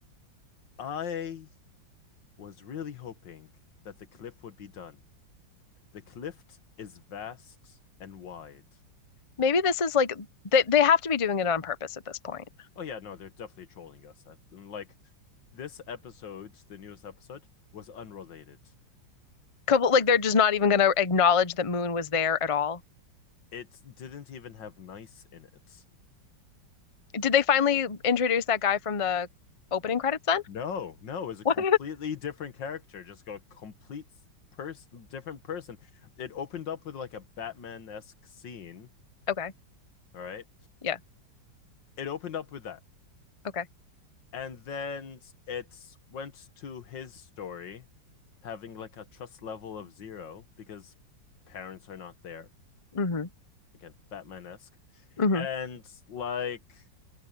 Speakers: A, on the left (about 70°); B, on the left (about 40°).
A: I was really hoping that the cliff would be done. The cliff is vast and wide.
B: Maybe this is like they they have to be doing it on purpose at this point.
A: Oh yeah, no, they're definitely trolling us. I- and, Like this episode, the newest episode, was unrelated.
B: Couple like they're just not even going to acknowledge that Moon was there at all.
A: It didn't even have nice in it.
B: Did they finally introduce that guy from the opening credits then?
A: No,
B: <laughs>
A: no, it's a
B: What?
A: completely different character, just like a complete person, different person. It opened up with like a Batman esque scene.
B: Okay.
A: All right.
B: Yeah.
A: It opened up with that.
B: Okay.
A: And then it went to his story, having like a trust level of zero because parents are not there.
B: Mm-hmm.
A: Again, Batman esque.
B: Mm-hmm.
A: And like